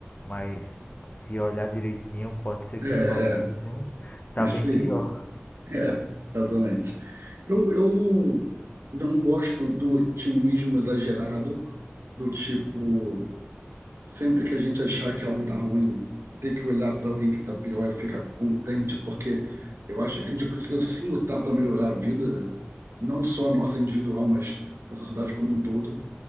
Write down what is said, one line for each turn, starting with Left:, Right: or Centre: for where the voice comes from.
Left: mas se olhar direitinho pode ser
Right: é,
Left: que nossa
Right: é,
Left: vida está
Right: isso
Left: bem
Right: aí.
Left: pior
Right: É, exatamente. Eu, eu não gosto do otimismo exagerado, do tipo, sempre que a gente achar que algo tá ruim, ter que olhar para alguém que tá pior e ficar contente, porque eu acho que a gente precisa sim lutar para melhorar a vida, não só a nossa individual, mas da sociedade como um todo.